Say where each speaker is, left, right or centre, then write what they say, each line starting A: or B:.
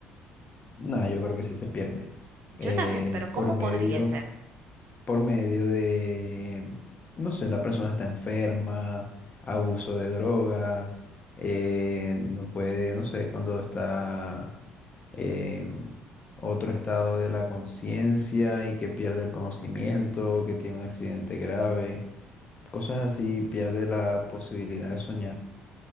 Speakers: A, on the left; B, on the right.
A: Nada, yo creo que sí se pierde.
B: Yo
A: Eh,
B: también, pero ¿cómo
A: por medio...
B: podría ser?
A: por medio de, no sé, la persona está enferma, abuso de drogas, eh, no puede, no sé, cuando está en otro estado de la conciencia y que pierde el conocimiento, que tiene un accidente grave, cosas así, pierde la posibilidad de soñar.